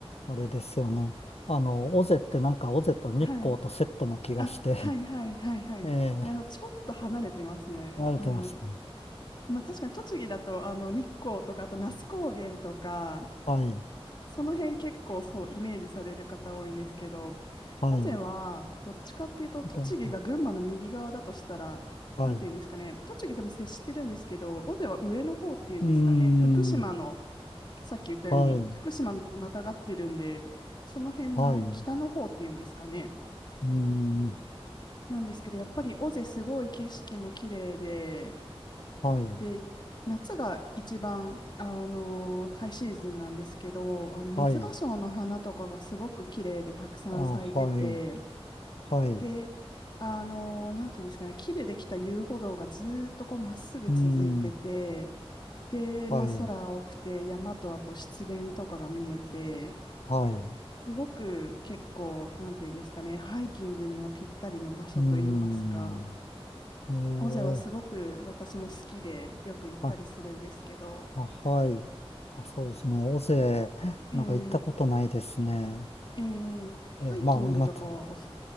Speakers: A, on the left; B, on the left.
A: あれですよね。あの、尾瀬ってなんか尾瀬と日光とセットな気がして、
B: <laughs> はい。あ、はいはいはいはい。
A: <laughs> ええ
B: なるほど、ちょっと離れてますね。
A: 慣れてますか
B: あの、まあ、確かに栃木だとあの日光とかあと那須高原とか
A: はい、
B: その辺結構そうイメージされる方多いんですけど、
A: はい、
B: 尾瀬はどっちかっていうと栃木が群馬の右側だとしたら、
A: とはい。
B: なんていうんですかね、
A: う
B: 栃木とも接してるんですけど、尾瀬は上の方っていうんですかね、
A: ーん、
B: 福島のさっき言ったように福島またがってるんで、
A: はい、
B: その辺の北の方っていうんですかね。
A: はい、うーん、
B: なんですけど、やっぱり尾瀬すごい景色も綺麗で、
A: はい、
B: で、夏が一番、あのハイシーズンなんですけど、あの水芭蕉の花とかがすごく綺麗でたくさん咲いてて、
A: はい、あ、はい、はい、う
B: で、あのなんていうんですかね、木でできた遊歩道がずーっとこうまっすぐ続いてて、
A: ーん、
B: で、
A: はい、
B: まあ、空青くて山とあと湿原とかが見えて、
A: はい。
B: すごく結構、なんていうんですかね、ハイキングにはぴったりの場所といいますか。
A: うーん。えー、
B: 尾瀬はすごく私も好きでよく行ったりするんですけど、
A: はい、あ、はい。あ、そうですね。尾瀬、
B: えー、
A: なんか行ったことないですね。
B: えー、
A: えーまあ、
B: ハイキングとかはおす、
A: また、